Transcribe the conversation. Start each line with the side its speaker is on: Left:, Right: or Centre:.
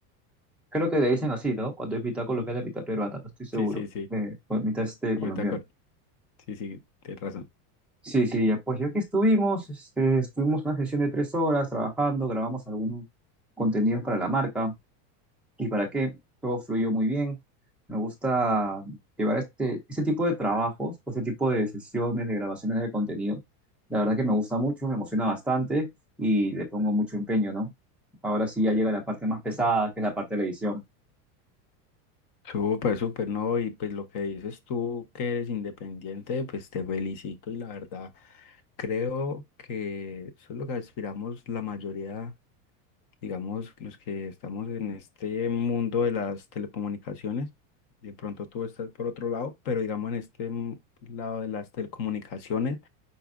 Centre: Creo que le dicen así, ¿no? Cuando es mitad colombiana,
Left: <laughs>
Centre: mitad peruana, no estoy seguro.
Left: Sí, sí, sí,
Centre: Eh, o mitad este,
Left: me
Centre: colombiana.
Left: está acuer- Sí, sí, tienes razón.
Centre: Sí, sí, ya pues ya aquí estuvimos, este, estuvimos una sesión de tres horas trabajando, grabamos algunos contenidos para la marca y para qué, todo fluyó muy bien. Me gusta llevar este, este tipo de trabajos o este tipo de sesiones de grabaciones de contenido. La verdad que me gusta mucho, me emociona bastante y le pongo mucho empeño, ¿no? Ahora sí ya llega la parte más pesada, que es la parte de la edición.
Left: Súper, súper, ¿no? Y pues lo que dices tú que eres independiente, pues te felicito y la verdad creo que eso es lo que aspiramos la mayoría, digamos, los que estamos en este mundo de las telecomunicaciones. De pronto tú estás por otro lado, pero digamos en este mm, lado de las telecomunicaciones,